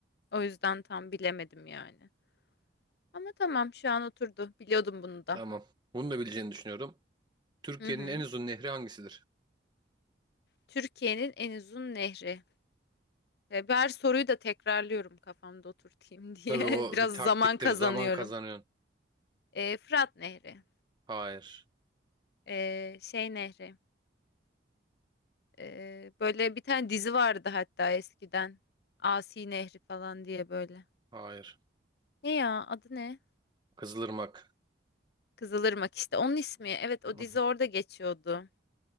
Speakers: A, on the left; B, on the right.
A: O yüzden tam bilemedim yani. Ama tamam şu an oturdu. Biliyordum bunu da.
B: Tamam. Bunu da bileceğini düşünüyorum. Türkiye'nin
A: Hı hı.
B: en uzun nehri hangisidir?
A: Türkiye'nin en uzun nehri. Ve ben her soruyu da tekrarlıyorum kafamda oturtayım diye.
B: Tabii o
A: <laughs> Biraz
B: bir taktiktir.
A: zaman kazanıyorum.
B: Zaman kazanıyorsun.
A: Ee, Fırat Nehri.
B: Hayır.
A: Ee, şey Nehri. Ee, böyle bir tane dizi vardı hatta eskiden. Asi Nehri falan diye böyle.
B: Hayır.
A: Ne ya adı ne?
B: Kızılırmak.
A: Kızılırmak işte. Onun ismi. Evet
B: <laughs>
A: o dizi orada geçiyordu.